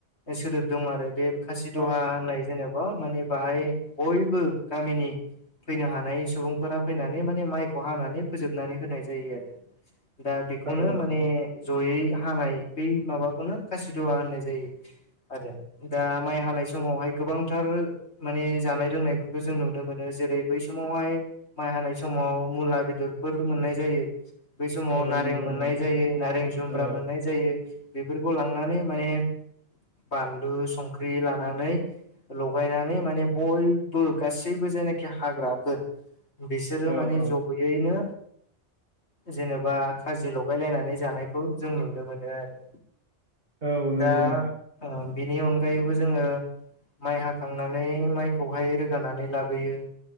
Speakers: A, on the left; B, on the right.
A: सोदोब दं आरो बे खासि
B: औ
A: दहा होननाय जेने बा बाहाय बयबो गामिनि फैनो हानाय सुबुं फोरा फैनानै माने माइखौ हानानै फोजोबनानै होनाय जायो आरो दा बेखौनो
B: औ
A: माने
B: औ
A: ज'यै हानाय बै माबाखौनो खासिदवा होननाय जायो। आरो दा माइ हानाय समावहाय गोबांथार माने जानाय लोंनायफोरखौ जों नुनो मोनो जेरै बै समावहाय माइ हानाय समाव मुला बेदरफोर मोननाय जायो। बै समाव
B: औ
A: नारें
B: नंगौ
A: मोननाय
B: नंगौ
A: जायो नारें जुम्ब्रा
B: औ
A: मोननाय जायो बेफोरखौ लांनानै माने बानलु संख्रि लानानै ल'गायनानै माने बयबो गासैबो जायनाखि हाग्राफोर बिसोरो
B: औ
A: माने
B: औ
A: ज'बैनो जेनेबा खाजि लगाय लायनानै जानायखौ जों नुनो मोनो आरो।
B: औ नंगौ
A: दा
B: नोंथां
A: बेनि अनगायैबो जोंङो माइ हाखांनानै माइखौहाय रोगानानै लाबोयो